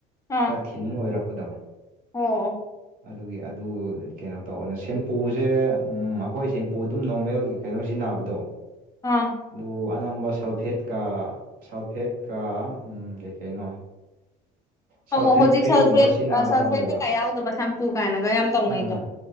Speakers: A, on the left; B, on the right.
A: ꯑꯥ
B: ꯈꯔ ꯊꯤꯟ ꯑꯣꯏꯔꯛꯄꯗꯣ
A: ꯑꯣ
B: ꯑꯗꯨꯒꯤ ꯑꯗꯨ ꯀꯩꯅꯣ ꯇꯧꯕꯅꯦ ꯁꯦꯝꯄꯨꯁꯦ ꯑꯩꯈꯣꯏ ꯁꯦꯝꯄꯨ ꯑꯗꯨꯝ ꯅꯣꯔꯃꯦꯜ ꯀꯩꯅꯣ ꯁꯤꯖꯤꯟꯅꯕꯗꯣ
A: ꯎꯝ
B: ꯑꯗꯨ ꯑꯅꯝꯕ ꯁꯜꯐꯦꯠꯀ ꯁꯜꯐꯦꯠꯀ ꯀꯩꯀꯩꯅꯣ ꯁꯜꯐꯦꯠ
A: ꯑꯧ ꯍꯧꯖꯤꯛ
B: ꯐ꯭ꯔꯤꯒꯨꯝꯕ
A: ꯁꯜꯐꯦꯠ
B: ꯁꯤꯖꯤꯟꯅꯒꯗꯕꯅꯦꯕ
A: ꯁꯜꯐꯦꯠ ꯀꯩꯀꯥ ꯌꯥꯎꯗꯕ ꯁꯝꯄꯨ ꯀꯥꯏꯅꯒ ꯌꯥꯝ ꯇꯧꯅꯩꯗꯣ
B: ꯎꯝ